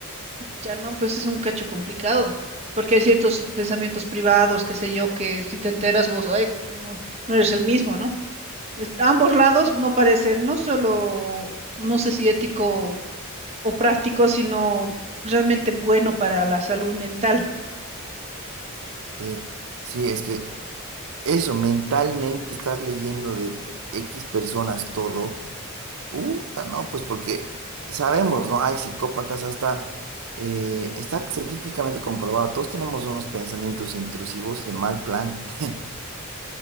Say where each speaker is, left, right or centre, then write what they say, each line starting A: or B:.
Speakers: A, on the right; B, on the right.
A: Ya no, pues es un cacho complicado. Porque hay ciertos pensamientos privados, qué sé yo, que si te enteras vos, ay, no, no eres el mismo, ¿no? Es- Ambos lados no parecen, no solo, no sé si ético o práctico, sino realmente bueno para la salud mental.
B: Sí, sí, es que eso, mentalmente estar leyendo de X personas todo. Uta, no, pues porque sabemos, ¿no? Hay psicópatas hasta, eh, está científicamente comprobado, todos tenemos unos pensamientos intrusivos en mal plan, <laughs>